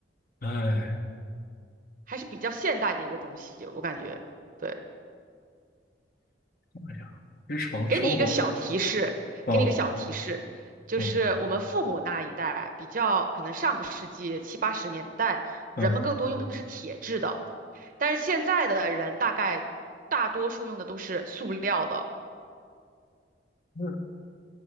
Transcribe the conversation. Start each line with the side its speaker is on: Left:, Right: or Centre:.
Left: 哎，
Right: 还是比较现代的一个东西，我感觉。对，
Left: 想想日常生活。
Right: 给你一个小提示，
Left: 哦，
Right: 给你一个小提示，就是我们父母那一代比较可能上个世纪七八十年代，
Left: 嗯
Right: 人们更多用的是铁制的。
Left: 嗯，
Right: 但是现在的人大概大多数用的都是塑料的，
Left: 那